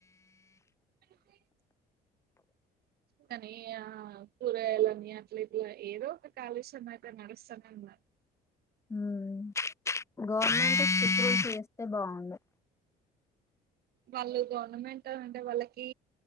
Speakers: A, on the right (about 65°); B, on the left (about 15°).
A: <unintelligible> కానీ ఆ కూరగాయాలని అట్లా ఇట్లా ఏదో ఒక కాలుష్యం అయితే నడుస్తానే ఉన్నాద్
B: ఉమ్ గవర్నమెంట్ స్ట్రిక్ట్ రూల్స్ చేస్తే బాగుండు
A: వాళ్ళు గవర్నమెంట్ అంటే వాళ్ళకి